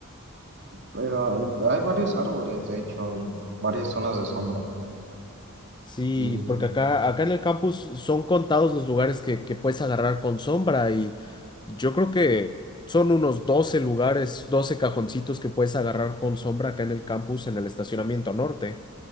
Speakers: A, on the right (about 50°); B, on the left (about 20°).
A: Pero hay varios árboles, de hecho, y varias zonas de sombra,
B: Sí,
A: y
B: porque acá, acá en el campus son contados los lugares que, que puedes agarrar con sombra y yo creo que son unos 12 lugares, 12 cajoncitos que puedes agarrar con sombra acá en el campus en el estacionamiento norte.